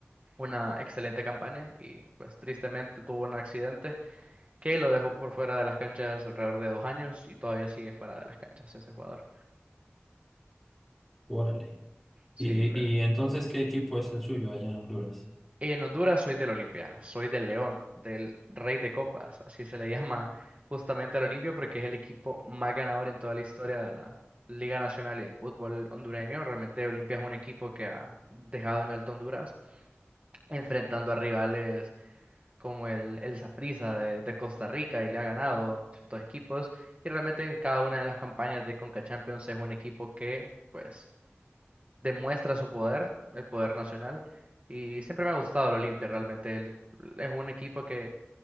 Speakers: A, on the right; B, in the centre.
A: una excelente campaña y pues tristemente tuvo un accidente que lo dejó por fuera de las canchas alrededor de dos años y todavía sigue fuera de las canchas ese jugador.
B: Órale.
A: Sí,
B: ¿Y,
A: fue.
B: y entonces qué equipo es el suyo allá en Honduras?
A: En Honduras soy del Olimpia, soy del León, del Rey de Copas, así se le llama justamente al Olimpia porque es el equipo más ganador en toda la historia de la Liga Nacional y el fútbol hondureño. Realmente Olimpia es un equipo que ha dejado en alto Honduras, enfrentando a rivales como el, el Saprissa de, de Costa Rica y le ha ganado ciertos equipos. Y realmente en cada una de las campañas de Conca Champions es un equipo que, pues, demuestra su poder, el poder nacional. Y siempre me ha gustado el Olimpia, realmente. El- es un equipo que